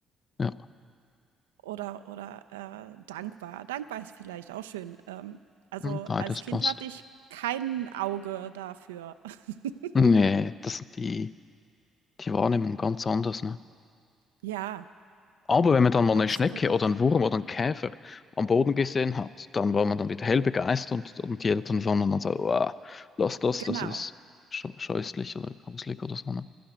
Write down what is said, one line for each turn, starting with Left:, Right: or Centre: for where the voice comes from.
Left: Ja,
Right: oder oder, äh, dankbar. Dankbar ist vielleicht auch schön. Ähm, also,
Left: Mhm, beides
Right: als Kind
Left: passt.
Right: hatte ich kein Auge dafür. <laughs>
Left: Nee, das sind die, die Wahrnehmung ganz anders, ne?
Right: Ja,
Left: Aber wenn man dann mal
Right: absolut.
Left: eine Schnecke oder einen Wurm oder einen Käfer am Boden gesehen hat, dann war man dann wieder hell begeistert und, und die Eltern waren dann so, wow, lass das,
Right: Genau.
Left: das ist sch scheußlich oder gruselig oder so. Ne?